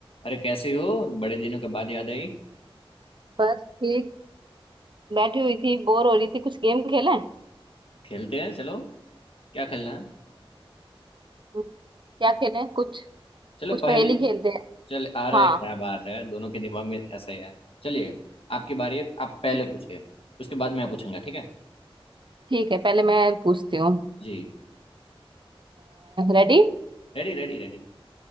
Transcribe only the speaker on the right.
बस ठीक बैठी हुई थी बोर हो रही थी कुछ गेम खेलें
हम्म, क्या खेलें कुछ
कुछ
पहेली खेलते हैं
हाँ
ठीक
ठीक है पहले मैं पूछती हूँ
रेडी